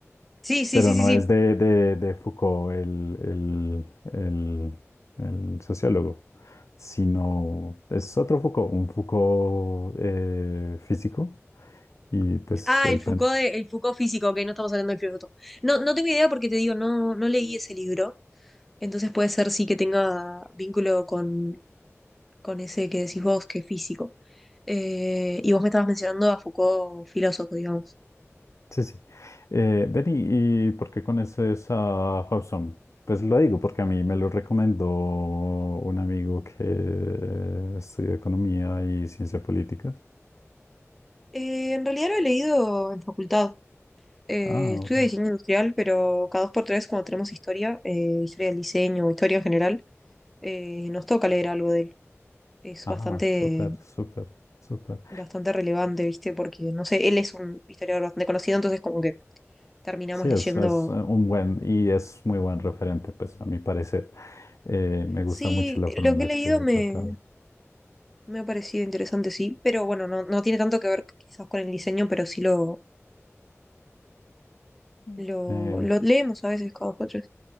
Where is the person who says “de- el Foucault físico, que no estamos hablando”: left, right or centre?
Centre